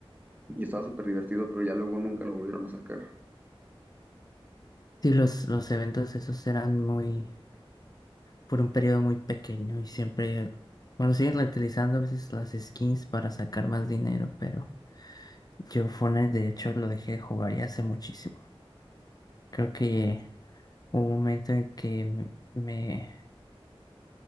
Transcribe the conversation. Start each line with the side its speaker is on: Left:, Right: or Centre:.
Right: Y estaba súper divertido, pero ya luego nunca lo volvieron a sacar.
Left: Sí, los, los eventos esos eran muy, por un periodo muy pequeño y siempre, bueno, siguen reutilizando a veces las skins para sacar más dinero, pero yo Fortnite de hecho lo dejé de jugar ya hace muchísimo. Creo que hubo un momento en que me, me-